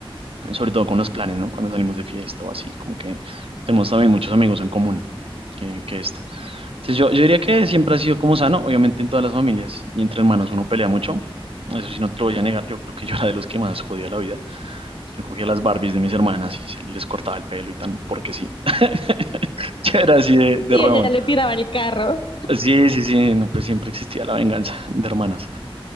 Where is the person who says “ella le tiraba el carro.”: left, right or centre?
Left